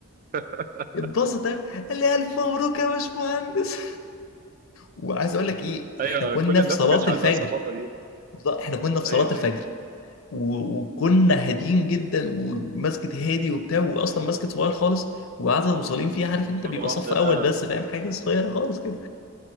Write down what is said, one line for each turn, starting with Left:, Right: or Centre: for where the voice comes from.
Right: <laughs>
Left: اتبسط قوي قال لي الف مبروك يا باشمهندس وعايز اقول لك ايه
Right: ايوه
Left: احنا كنا
Right: كل الناس
Left: في صلاه
Right: ما كانش
Left: الفجر
Right: عندها الثقافه دي
Left: بالظبط احنا كنا في
Right: ايوه
Left: صلاه الفجر
Right: ايوه
Left: و- وكنا هاديين جدا ومسجد هادي وبتاع واصلا مسجد صغير خالص وعدد المصلين فيه عارف انت
Right: مره
Left: بيبقى
Right: واحده
Left: صف اول
Right: ده
Left: بس فاهم حاجه صغيره خالص كده